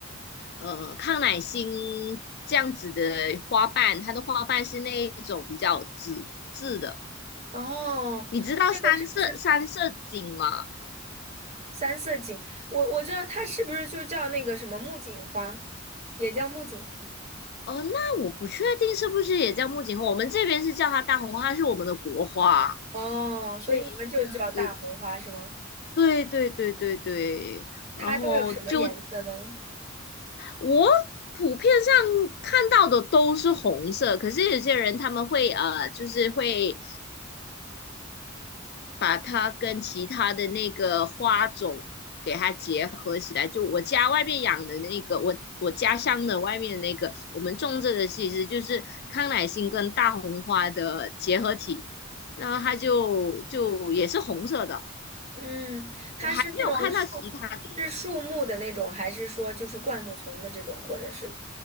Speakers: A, on the left; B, on the right.
A: 呃康乃馨这样子的花瓣，它的花瓣是那一种比较纸质的。
B: 哦，
A: 你知道三色三色堇吗？
B: 这个是不是？三色堇，我我知道它是不是就叫那个什么木槿花，也叫木槿
A: 哦，那我不确定是不是也叫木槿花，我们这边是叫它大红花，它是我们的国花，
B: 哦，
A: 所以对对
B: 所以你们就叫大红花是吗？
A: 对对对对对，
B: 它都有什么颜色的？
A: 然后就我普遍上看到的都是红色，可是有些人他们会呃，就是会把它跟其他的那个花种给它结合起来。就我家外面养的那个，我我家乡的外面的那个，我们种这个其实就是康乃馨跟大红花的结合体，那它就就也是红色的。
B: 嗯，它是那种树，
A: 我还没有看到其他的颜色，
B: 是树木的那种，还是说就是灌木丛的这种，或者是